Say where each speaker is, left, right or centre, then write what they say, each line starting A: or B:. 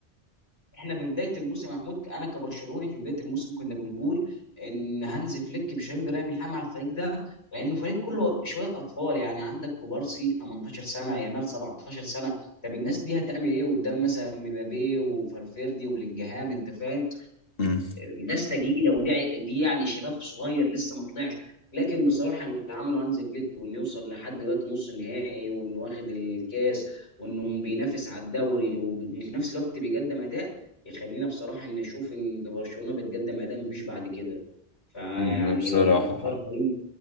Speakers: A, on the left; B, on the left.
A: إحنا في بداية الموسم يا محمود أنا كبرشلوني في بداية الموسم كنا بنقول إن هانز فليك مش هيقدر يعمل حاجة على الفريق ده لأنه فريق كله شوية أطفال يعني عندك كوبارسي 18 سنة يامال 17 سنة طب الناس دي هتعمل إيه قدام مثلا مبابي وفالفيردي وبلينجهام أنت فاهم
B: مم.
A: الناس تجيلي لو دي دي يعني شباب صغير لسه ما طلعش لكن بصراحه اللي عمله هانز فليك وانه يوصل لحد دلوقتي نص النهائي وانه واخد الكاس وانه بينافس على الدوري وفي نفس الوقت بيقدم اداء يخلينا بصراحه ان نشوف ان برشلونه بتقدم اداء مفيش بعد كده فيعني
B: مم، بصراحة
A: لو هنختار فريق